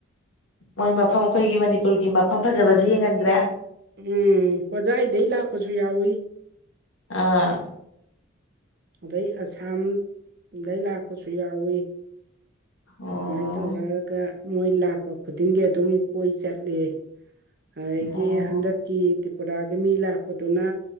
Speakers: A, on the left (about 75°); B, on the right (about 50°).
A: ꯃꯣꯏ ꯃꯐꯝ ꯑꯩꯈꯣꯏꯒꯤ ꯃꯅꯤꯄꯨꯔꯒꯤ ꯃꯐꯝ ꯐꯖꯕꯁꯤ ꯌꯦꯡꯍꯟꯈ꯭ꯔꯦ
B: ꯎꯝ ꯍꯣꯖꯥꯢꯗꯒꯤ ꯂꯥꯛꯄꯁꯨ ꯌꯥꯎꯏ
A: ꯑꯥ
B: ꯑꯗꯩ ꯑꯁꯥꯝꯗꯩ ꯂꯥꯛꯄꯁꯨ ꯌꯥꯎꯏꯤ
A: ꯑꯣ
B: ꯑꯗꯨꯃꯥꯏꯅ ꯇꯧꯔꯒ ꯃꯣꯏ ꯂꯥꯛꯄ ꯈꯨꯗꯤꯡꯒꯤ ꯑꯗꯨꯝ ꯀꯣꯏ ꯆꯠꯂꯤ ꯑꯩꯗꯒꯤ
A: ꯑꯣ
B: ꯍꯟꯗꯛꯀꯤ ꯇ꯭ꯔꯤꯄꯨꯔꯥꯒꯤ ꯃꯤ ꯂꯥꯛꯄꯗꯨꯅ